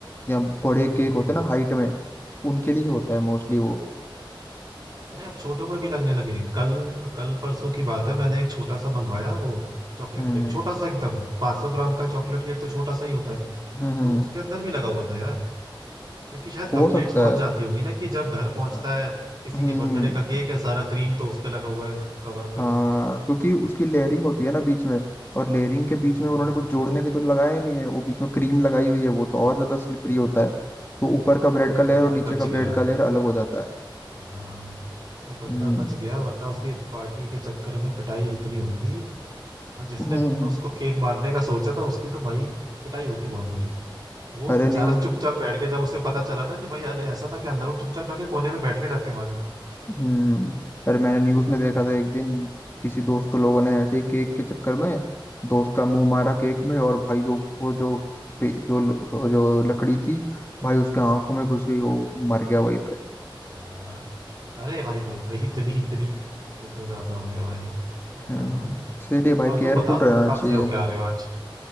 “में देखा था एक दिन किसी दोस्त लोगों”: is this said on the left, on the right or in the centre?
Left